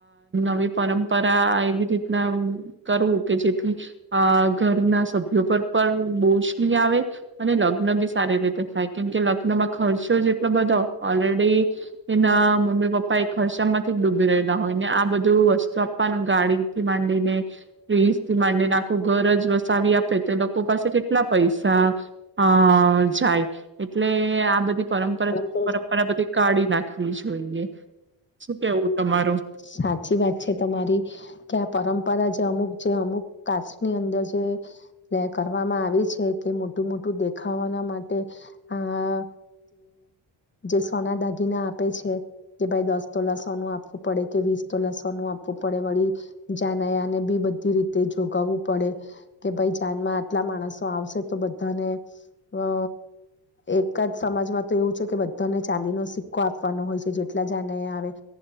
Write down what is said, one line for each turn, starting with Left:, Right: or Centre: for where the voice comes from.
Right: નવી પરંપરા એવી રીતના કરવું કે જેથી ઘરના સભ્યો પર પણ બોશ નહી આવે અને લગ્ન બી સારી રીતે થાય કેમકે લગ્નમાં ખર્ચો જે એટલો બધો ઓલરેડી એના મમ્મી પપ્પા એ ખર્ચા માંથી જ ડૂબી રહેલા હોય ને આ બધું વસ્તુ આપવાનું ગાડી થી માંડીને ફ્રીઝ થી માંડીને આખું ઘર જ વસાવી આપે તે લોકો પાસે કેટલા પૈસા અ જાય એટલે બધી પરંપરા બધી
Left: છે
Right: પરંપરા બધી કાઢી ના રાવી જોઈએ શું કેવું તમારું.
Left: સાચી વાત છે તમારી કે આ પરંપરા જે અમુક જે અમુક કાસની અંદર જે કરવામાં આવી છે કે મોટું મોટું દેખાવાના માટે આ જે સોના દાગીના આપે છે કે ભાઈ દસ તોલા સોનું આપવું. પડે કે વીસ તો લસવાનું આપવું પડે વળી જાાનયાને બી બધી રીતે જોગાવવું પડે કે ભાઈ જાનમાં આટલા માણસો આવશે તો બધાને અ એકદ સમાજમાં તો એવું છે કે બધાને ચાંદીનો સિક્કો આપવાનો હોય છે જેટલા જાનયા આવે